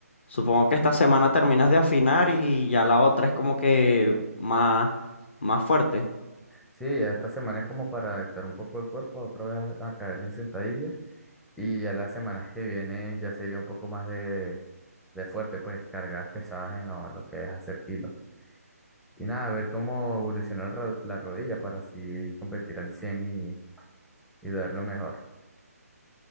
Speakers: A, on the left; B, in the centre.
A: Supongo que esta semana terminas de afinar y ya la otra es como que más, más fuerte.
B: sí, ya esta semana es como para adaptar un poco el cuerpo, otra vez a, a caer en sentadilla. Y ya las semanas que vienen ya sería un poco más de, de fuerte, pues, cargas pesadas en lo, lo que es hacer kilos. Y nada, a ver cómo evoluciona el ro- la rodilla para así competir al 100 y, y dar lo mejor.